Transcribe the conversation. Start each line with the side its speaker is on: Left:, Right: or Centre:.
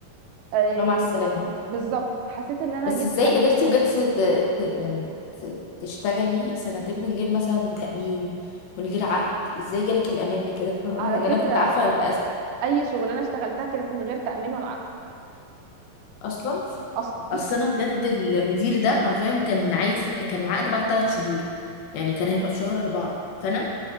Right: أم،
Left: لو مع السلامة بقى.
Right: بالظبط حسيت ان انا
Left: بس
Right: جبت
Left: ازاي قدرتي بجد ت... ت- يعني ت... تشتغلي سنتين من غير مثلا تأمين من غير عقد ازاي جالك الأمان لكده <laughs>
Right: على
Left: يعني
Right: فكره
Left: أنا كنت عارفة
Right: اي شغلانه اشتغلتها كانت من غير تامين ولا عقد
Left: اصلا
Right: اصلا
Left: اصل انا بجد المدير ده حرفيا كان عايز كان العقد بعد ثلاث شهور يعني كان هيبقى
Right: اه
Left: في شهر أربعة فانا